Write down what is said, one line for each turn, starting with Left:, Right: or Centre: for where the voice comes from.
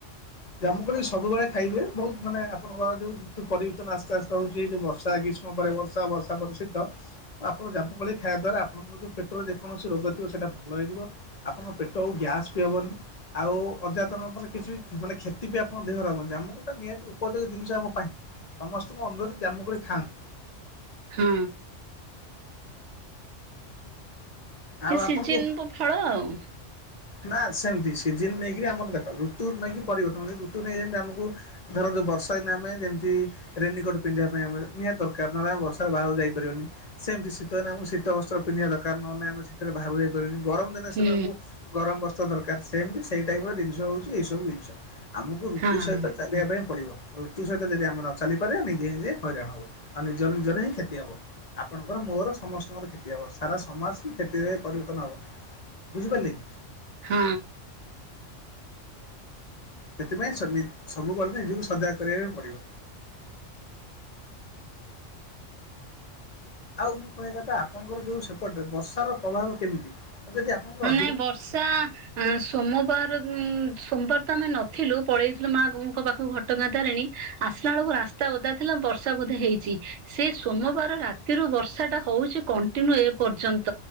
Left: ଜାମୁକୋଳି ସବୁବେଳେ ଖାଇହୁଏ, ବହୁତ ମାନେ ଆପଣଙ୍କ ଯୋଉ ଋତୁ ପରିବେର୍ତ୍ତନ ଆସ୍ତେ ଆସ୍ତେ ହଉଚି ଯୋଉ ବର୍ଷା ହେଇକି ଗ୍ରୀଷ୍ମ ପରେ ବର୍ଷା, ବର୍ଷା ପରେ ଶୀତ ଆପଣ ଜାମୁକୋଳି ଖାଇଆ ଦ୍ୱାରା ଆପଣଙ୍କର ଯୋଉ ପେଟର ଯେକୌଣସି ରୋଗ ଥିବ ସେଇଟା ଭଲ ହେଇଯିବ ଆପଣଙ୍କ ପେଟ ଆଉ ଗ୍ୟାସ୍ ବି ହେବନି। ଆଉ ଅଯାତନ ମାନେ କିଛିବି ମାନେ କ୍ଷତି ବି ଆପଣ ଦେହର ହବନି ଜାମୁକୋଳି ଟା ନିହାତି ଉପଯୋଗୀ ଜିନିଷ ଆମ ପାଇଁ। ସମସ୍ତିଙ୍କୁ ଅନୁରୋଧ ଜାମୁକୋଳି ଖାଆନ୍ତୁ।
Right: ହଁ,
Left: ଆଉ
Right: ଏ ସିଜିନ
Left: ଆପଣଙ୍କୁ
Right: ଫଳ ଆଉ।
Left: ନା ସେମିତି ସିଜିିନ ନେଇକି ଆମର ଦେଖ ଋତୁ ନେଇକି ପରିବର୍ତ୍ତନ। ଋତୁ ନେଇ ଯେମିତି ଆମକୁ ଧରନ୍ତୁ ବର୍ଷା ଦିନେ ଆମେ ଯେମିତି ରେନିକୋର୍ଟ ପିନ୍ଧିବା ପାଇଁ ଆମେ ନିହାତି ଦରକାର। ନହେଲେ ଆମେ ବର୍ଷାରେ ବାହାରକୁ ଯାଇପାରିବାନି। ସେମିତି ଶୀତ ଦିନେ ଆମକୁ ଶୀତ ବସ୍ତ୍ର ପିନ୍ଧିବା ଦରକାର ନହେଲେନାଇଁ ଆମେ ଶୀତରେ ବାହାରକୁ ଯାଇପାରିବାନି। ଗରମ ଦିନେ
Right: ହୁଁ
Left: ସେମାନଙ୍କୁ ଗରମ ବସ୍ତ୍ର ଦରକାର। ସେମିତି ସେଇ ଟାଇପ୍ ର ଜିନିଷ ହେଉଛି ଏଇସବୁ ଜିନିଷ। ଆମକୁ ଋତୁ
Right: ହଁ।
Left: ସହିତ ଚାଲିବା ପାଇଁ ପଡ଼ିବ। ଋତୁ ସହିତ ଯଦି ଆମର ଚାଲିପାରିବାନି ନିଜେ ନିଜେ ହଇରାଣ ହବ। ଆଉ ନିଜର ନିଜର ହିଁ କ୍ଷତି ହବ। ଆପଣଙ୍କର ମୋର ସମସ୍ତଙ୍କର କ୍ଷତି ହବ ସାରା ସମାଜ ହିଁ କ୍ଷତିରେ ପରିବର୍ତ୍ତନ ହବ। ବୁଝିପାରିଲେ କି?
Right: ହଁ।
Left: ସେଥିପାଇଁ ସବି ସବୁ ବେଳେ ନିଜକୁ ସଜାଗ କରିବାକୁ ପଡ଼ିବ। ଆଉ ମୁଁ କହିବା କଥା ଆପଣଙ୍କର ଯୋଉ ସେପଟରେ ବର୍ଷାର ପ୍ରଭାବ କେମିତି? ଯଦି ଆପଣଙ୍କ
Right: ନାଇଁ ବର୍ଷା ମୁଁ ସୋମବାର ଉଁ, ସୋମ୍ବାର ତ ଆମେ ନଥିଲୁ ପଳେଇଥିଲୁ ମାଙ୍କ ପାଖକୁ ଘଟ ଟଗାଁ ତାରିଣୀ ଆସିଲା ବେଳକୁ ରାସ୍ତା ଓଦା ଥିଲା ବର୍ଷା ବୋଧେ ହେଇଛି। ସେ ସୋମବାର ରାତିରୁ ବର୍ଷା ଟା ହଉଛି କଣ୍ଟିନ୍ୟୁ ଏ ପର୍ଯ୍ୟନ୍ତ।